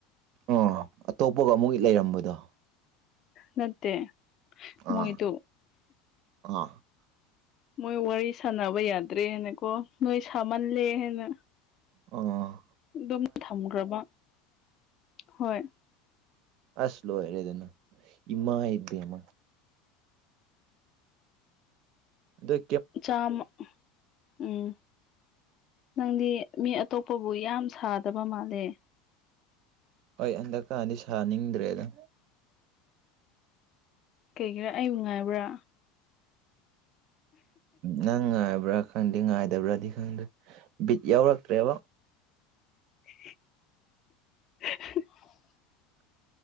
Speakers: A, on the right; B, on the left.
A: ꯑꯥ ꯑꯇꯣꯞꯄꯒ ꯑꯃꯨꯛꯒꯤ ꯂꯩꯔꯝꯕꯗꯣ
B: ꯅꯠꯇꯦ ꯃꯣꯏꯗꯣ
A: ꯑꯥ ꯑꯥ
B: ꯃꯣꯏ ꯋꯥꯔꯤ ꯁꯥꯟꯅꯕ ꯌꯥꯗ꯭ꯔꯦ ꯍꯥꯏꯅ ꯀꯣ ꯅꯣꯏ ꯁꯥꯃꯜꯂꯦ ꯍꯥꯏꯅ
A: ꯑ
B: ꯑꯗꯨꯝꯅ ꯊꯝꯈ꯭ꯔꯕ ꯍꯣꯏ
A: ꯑꯁ ꯂꯣꯢꯔꯦꯗꯅ ꯢꯃꯥꯢ ꯕꯦꯝꯃ ꯗꯨ
B: ꯆꯥꯝꯃ ꯎꯝ ꯅꯪꯗꯤ ꯃꯤ ꯑꯇꯣꯞꯄꯕꯨ ꯌꯥꯝ ꯁꯥꯗꯕ ꯃꯥꯜꯂꯦ꯫
A: ꯍꯣꯏ ꯍꯟꯗꯛꯀꯥꯗꯤ ꯁꯥꯅꯤꯡꯗ꯭ꯔꯦꯗ꯫
B: ꯀꯩꯒꯤꯔ ꯑꯩꯕꯨ ꯉꯥꯏꯕ꯭ꯔꯥ
A: ꯅꯪ ꯉꯥꯏꯕ꯭ꯔꯥ ꯈꯪꯗꯦ ꯉꯥꯏꯗꯕ꯭ꯔꯥꯗꯤ ꯈꯪꯗ꯭ꯔꯦ ꯕꯤꯠ ꯌꯥꯎꯔꯛꯇ꯭ꯔꯦꯕ
B: ꯎ <inaudible> <inaudible>